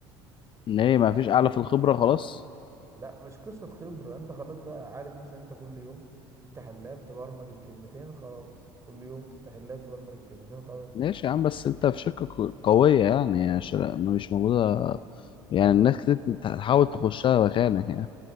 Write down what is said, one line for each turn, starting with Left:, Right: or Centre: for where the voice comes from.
Left: ان هي ما فيش اعلى في الخبرة خلاص
Right: لا مش قصه خبره انت خلاص بقى عارف مثلا انت كل يوم تفتح اللاب تبرمج الكلمتين خلاص كل يوم تفتح اللاب تبرمج الكلمتين خلاص
Left: ماشي يا عم بس انت في شركة ك- قوية يعني يعني شر- مش موجودة يعني
Right: انا
Left: الناس كتير تحاول تخشها مكانك يعني